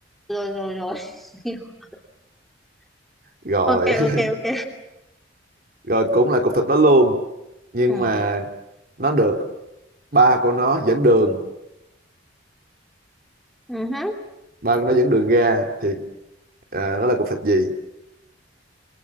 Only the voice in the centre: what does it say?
rồi rồi rồi <laughs>
ok
ok ok
ừ.
uh